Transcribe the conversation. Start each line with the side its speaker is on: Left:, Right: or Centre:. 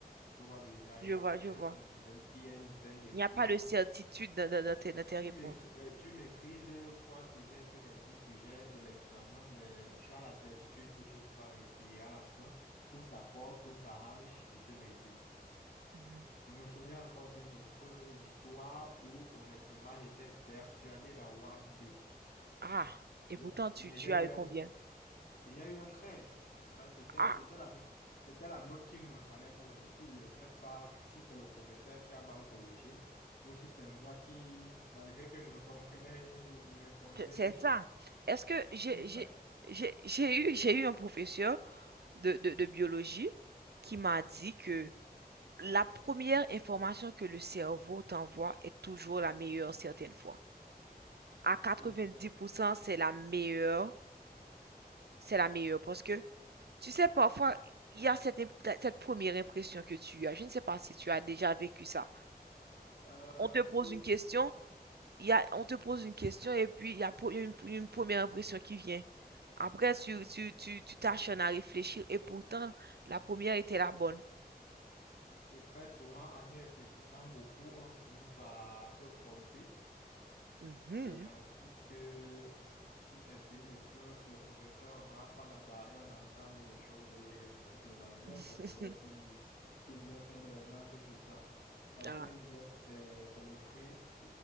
Left: Tu vois, déjà,
Right: Je
Left: il y a
Right: vois,
Left: peut-être
Right: je vois.
Left: une dizaine, il y a une dizaine d'épreuves.
Right: Il n'y a pas de certitude dans, dans- dans tes, dans tes réponses.
Left: Tu m'écri- euh, tu maîtrises trois sujets sur les dix sujets de l'examen, mais tu as la certitude que tu vas réussir. Et à la fin, tout s'accorde, tout s'arrange et tu réussis.
Right: Mhm.
Left: Je me souviens encore d'une épreuve d'histoire où, honnêtement, j'étais persuadé d'avoir deux.
Right: Ah, et
Left: Yeah.
Right: pourtant tu,
Left: Mais
Right: tu
Left: j'ai
Right: as
Left: eu
Right: eu
Left: un,
Right: combien?
Left: j'ai eu un crèse. Ouais, c'était,
Right: Ah,
Left: c'était la, c'était la note qu'il me fallait pour réussir. Je ne sais pas si c'est le professeur qui a mal corrigé ou si c'est moi qui, malgré que je ne comprenais rien, je je répondais
Right: que- c'est
Left: juste.
Right: ça. Est-ce que
Left: Mm.
Right: j'ai j'ai j'ai j'ai eu j'ai eu un professeur de, de, de biologie qui m'a dit que la première information que le cerveau t'envoie est toujours la meilleure certaines fois. À quatre-vingt-dix
Left: Oui, c'est-
Right: pour cent c'est la meilleure, c'est la meilleure parce que tu sais parfois il y a cette imp- cette première impression que tu as. Je ne sais pas si tu as déjà vécu ça.
Left: euh,
Right: On te pose
Left: plus
Right: une
Left: d'une
Right: question
Left: fois.
Right: il y a, on te pose une question et puis il y a, pro- il y a une, une première impression qui vient. Après, tu, tu, tu, tu t'acharnes à réfléchir et pourtant, la première était la bonne.
Left: Et très souvent, en y réfléchissant beaucoup, on finit par se tromper.
Right: Mhm.
Left: Et ensuite, euh, si c'est sur une épreuve, le professeur remarque qu'on a barré un ensemble de choses et il rit simplement. Il y a un professeur
Right: <laughs>
Left: qui, qui aimait faire des remarques sur ça. Parfois,
Right: Ah,
Left: il disait que c'est c'est le fruit,